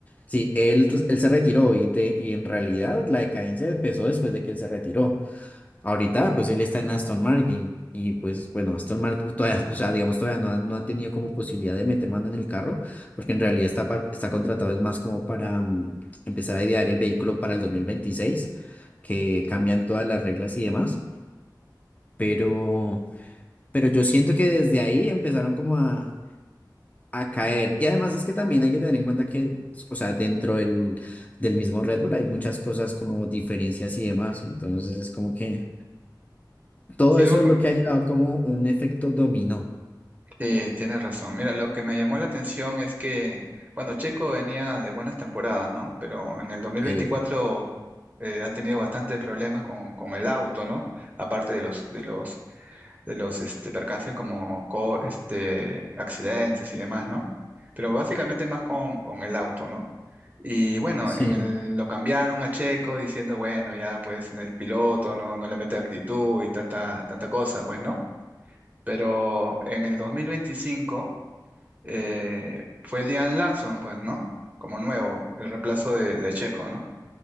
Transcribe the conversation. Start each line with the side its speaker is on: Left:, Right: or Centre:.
Left: Sí, él, pues, él se retiró y, de- y en realidad la decadencia empezó después de que él se retiró. Ahorita pues él está en Aston Martin y pues bueno, Aston Martin todavía, o sea, digamos todavía no ha, no ha tenido como posibilidad de meter mano en el carro porque en realidad está, par- está contratado es más como para mm, empezar a idear el vehículo para el 2026 que cambian todas las reglas y demás, pero... Pero yo siento que desde ahí empezaron como a, a caer. Y además es que también hay que tener en cuenta que, o sea, dentro del, del mismo Red Bull hay muchas cosas como diferencias y demás. Entonces es como que todo
Right: Sí,
Left: eso
Right: algo
Left: es lo que ha llevado como un efecto dominó.
Right: Sí, tienes razón. Mira, lo que me llamó la atención es que, bueno, Checo venía de buenas temporadas, ¿no? Pero en el 2024
Left: Sí,
Right: eh, ha tenido bastante problemas con, con el auto, ¿no? Aparte de los, de los, de los este, percances como co- este, accidentes y demás, ¿no? Pero básicamente más con, con el auto, ¿no? Y bueno,
Left: sí,
Right: en el- lo cambiaron a Checo diciendo, bueno, ya pues el piloto no, no le mete actitud y tanta, tanta cosa, pues, ¿no? Pero en el 2025 eh, fue Liam Lawson, pues, ¿no? Como nuevo, el reemplazo de, de Checo, ¿no?